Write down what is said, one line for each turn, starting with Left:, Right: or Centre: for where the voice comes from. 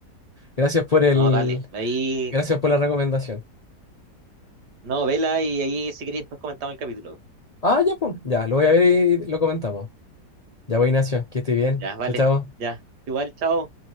Left: Gracias por el,
Right: No, dale, ahí...
Left: gracias por la recomendación.
Right: No, vela y ahí si queréis después comentamos el capítulo.
Left: Ah, ya, pues. Ya, lo voy a ver y lo comentamos. Ya voy, Ignacio. Que esté bien.
Right: Ya, vale,
Left: Chao, chao.
Right: ya. Igual, chao.